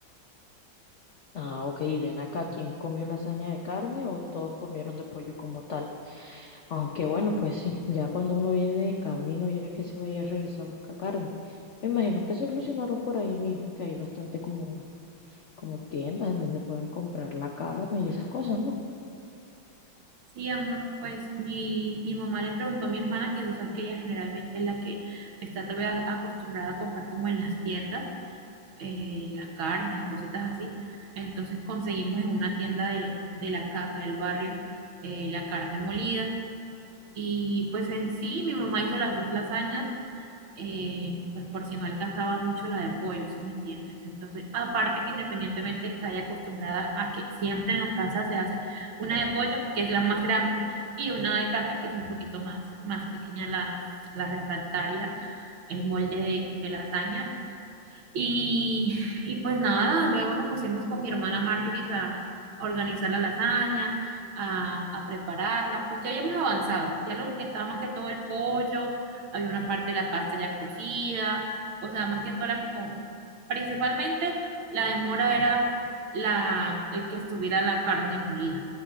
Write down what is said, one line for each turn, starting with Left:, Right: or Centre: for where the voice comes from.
Left: Ah, ok, y ven acá, ¿quién comió lasaña de carne o todos comieron de pollo como tal? Aunque bueno, pues sí, ya cuando uno viene de camino, ya que se vaya a regresar a buscar carne, me imagino que solucionaron por ahí mismo que hay bastante como, como tiendas en donde pueden comprar la carne y esas cosas, ¿no?
Right: Sí, amor, pues mi, mi mamá le preguntó a mi hermana que tú sabes que ella generalmente es la que está todavía acostumbrada a comprar como en las tiendas, eh, las carnes y cositas así. Entonces conseguimos en una tienda de, de la casa, del barrio, eh, la carne molida. Y pues en sí, mi mamá hizo las dos lasañas eh, pues por si no alcanzaba mucho la de pollo, ¿sí me entiendes? Entonces, aparte que independientemente está ya acostumbrada a que siempre en la casa se hace una de pollo, que es la más grande, y una de carne, que es un poquito más, más pequeña la, la refractaria, el molde de, de lasaña y, y pues nada, luego nos pusimos con mi hermana Marjorie a organizar la lasaña, a, a prepararla. Pues ya habíamos avanzado, ya lo que estaba más que todo el pollo, había una parte de la pasta ya cocida, o sea, más que todo era como, principalmente la demora era la, el que estuviera la carne molida,